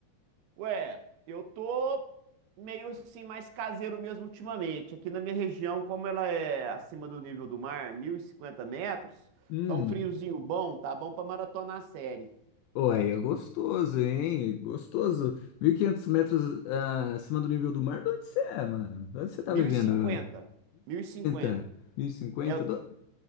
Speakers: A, on the right (about 80°); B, on the left (about 85°).
A: Ué, eu tô meio assim, mais caseiro mesmo ultimamente. Aqui na minha região, como ela é acima do nível do mar, 1.050 metros,
B: Hum.
A: tá um friozinho bom, tá bom pra maratonar a série.
B: Ô, aí é gostoso, hein? É Gostoso. 1.500 metros ah, acima do nível do mar, de onde você é, mano? De onde você tá
A: 1.050,
B: vivendo agora?
A: 1.050.
B: 1.050? 1.050?
A: Eu
B: Do...